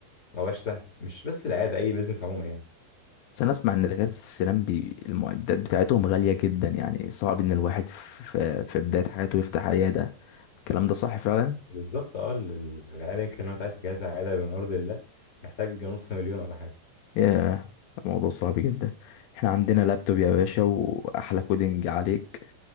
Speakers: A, on the left (about 20°); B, on the left (about 85°).
A: ما هوش سهل مش بس العياده اي بيزنس عموما يعني
B: بس انا اسمع ان دكاتره السنان بي... المعدات بتاعتهم غاليه جدا يعني صعب ان الواحد في, في بدايه حياته يفتح عياده الكلام ده صح فعلا
A: بالظبط اه ال- العياده يمكن لو انت عايز تجهزها عياده بما يرضي الله محتاج نص مليون ولا حاجه
B: ياه الموضوع صعب جدا احنا عندنا لابتوب يا باشا واحلى كودينج عليك